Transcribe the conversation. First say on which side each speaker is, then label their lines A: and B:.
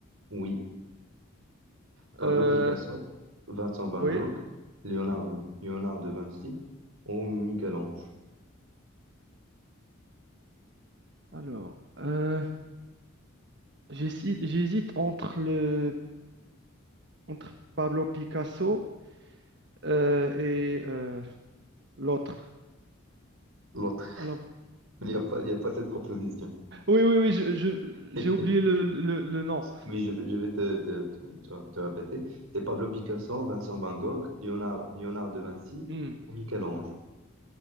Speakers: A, on the right; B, on the right.
A: Oui, Pablo
B: Euh,
A: Picasso, Vincent Van
B: oui.
A: Gogh, Léonard, Léonard de Vinci ou Michel-Ange?
B: Alors, euh, j'hési- j'hésite entre le entre Pablo Picasso euh, et euh, l'autre.
A: L'autre,
B: Alors,
A: <laughs> il n'y a pas, il n'y a pas cette proposition.
B: oui, oui, oui. je- je-
A: <laughs>
B: j'ai oublié le, le, le nom.
A: Oui, je, vais je vais te, te, te, te- te répéter. C'est Pablo Picasso, Vincent Van Gogh, Léonard, Léonard de Vinci
B: Hmm.
A: ou Michel-Ange.